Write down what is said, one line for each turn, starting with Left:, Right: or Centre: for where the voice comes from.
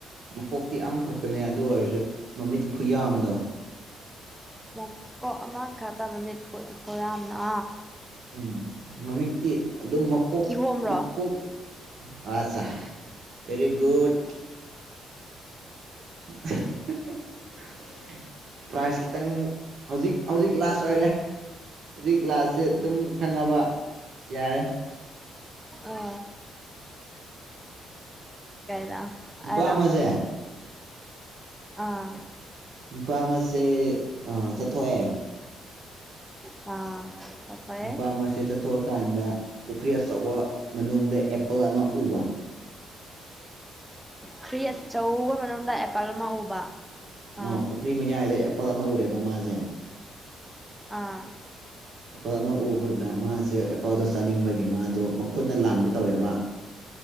Right: ꯀꯣꯛꯇꯤ ꯑꯃꯈꯛꯇꯅꯦ ꯑꯗꯨ ꯑꯣꯏꯔꯁꯨ ꯃꯃꯤꯠ ꯈꯨꯌꯥꯗꯣ
Centre: ꯃꯀꯣ ꯑꯃ ꯈꯥꯇꯕꯃꯤꯠ ꯈꯔꯝꯅ
Right: ꯎꯝ ꯃꯃꯤꯛꯇꯤ ꯑꯗꯨꯝ ꯃꯀꯣꯛ
Centre: ꯀꯤꯍꯣꯝꯔꯣ
Right: ꯃꯀꯣꯛ ꯑꯆꯥ ꯦꯔꯤꯒꯨꯠ <unintelligible> ꯄ꯭ꯔꯥꯏꯖ ꯈꯤꯇꯪ ꯍꯧꯖꯤꯛ ꯍꯧꯖꯤꯛ ꯂꯥꯁ ꯁꯣꯏꯔꯦ ꯍꯧꯖꯤꯛ ꯂꯥꯁꯁꯦ ꯑꯗꯨꯝ ꯈꯪꯉꯕ ꯌꯥꯔꯦ
Centre: ꯑ ꯀꯥꯏꯅ
Right: ꯅꯨꯄꯥ
Centre: ꯑꯔ
Right: ꯑꯃꯁꯦ
Centre: ꯑꯥ
Right: ꯅꯨꯄꯥ ꯑꯃꯁꯁꯦ ꯆꯠꯊꯣꯛꯑꯦ
Centre: ꯑꯥ ꯆꯠꯊꯣꯛꯑꯦ
Right: ꯅꯨꯄꯥ ꯃꯁꯦ ꯆꯠꯊꯣꯛꯑ ꯀꯥꯟꯗ ꯄꯨꯈ꯭ꯔꯤ ꯑꯆꯧꯕ ꯃꯅꯨꯡꯗ ꯑꯦꯄꯜ ꯑꯃ ꯎꯕ
Centre: ꯄꯨꯈ꯭ꯔꯤ ꯑꯆꯧꯕ ꯃꯅꯨꯡꯗ ꯑꯦꯄꯜ ꯑꯃ ꯎꯕ ꯑꯥ
Right: ꯑꯣ ꯄꯨꯈ꯭ꯔꯤ ꯃꯌꯥꯏꯗꯣ ꯑꯦꯄꯜ ꯑꯃ ꯎꯔꯦꯕ ꯃꯥꯁꯦ
Centre: ꯑꯥ
Right: ꯑꯦꯄꯥꯜ ꯑꯃ ꯎꯕꯗ ꯃꯥꯁꯦ ꯑꯦꯄꯥꯜꯗꯣ ꯆꯥꯅꯤꯡꯕꯒꯤ ꯃꯥꯗꯣ ꯃꯈꯨꯠꯅ ꯂꯥꯝꯒꯦ ꯇꯧꯔꯦꯕ <inaudible>